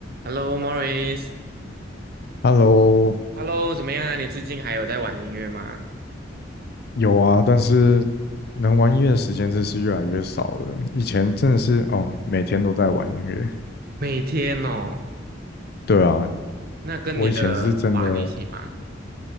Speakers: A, on the right; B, on the left.
A: Hello，Morris。
B: Hello，
A: Hello，怎么样啊？你最近还有在玩音乐吗？
B: 有啊，但是能玩音乐的时间真是越来越少了。以前真的是哦，每天都在玩音乐。
A: 每天哦，
B: 对啊，
A: 那跟你的玩一起吗？
B: 我以前是真的，